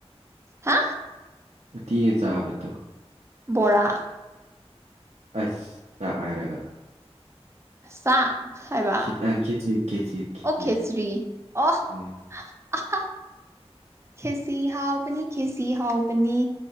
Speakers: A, on the right; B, on the right.
A: ꯍꯥ
B: ꯎꯠꯇꯤꯒꯥ ꯆꯥꯕꯗꯣ
A: ꯕꯣꯔꯥ
B: ꯑꯁ ꯆꯥꯛ ꯍꯥꯏꯔꯒ
A: ꯑꯁꯥ ꯍꯥꯏꯕ
B: ꯈꯦꯆꯤ ꯈꯦꯆꯤ ꯈꯦꯆꯤ
A: ꯑꯣꯀꯦ ꯁ꯭ꯔꯤ ꯑꯣ
B: ꯎꯝ
A: ꯑꯍꯥ ꯈꯦꯆꯤ ꯍꯥꯎꯕ ꯈꯦꯆꯤ ꯍꯥꯎꯅꯤ